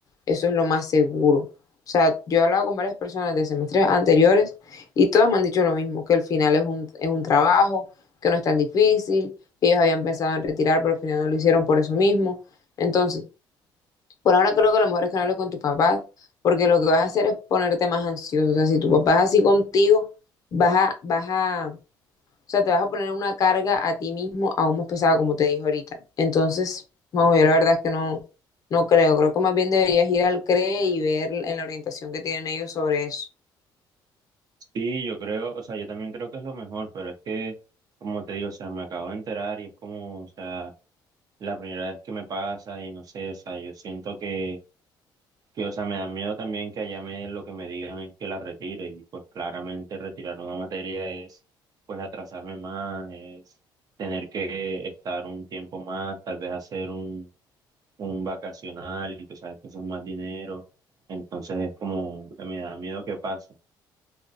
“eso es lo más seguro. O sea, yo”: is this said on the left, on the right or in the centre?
Left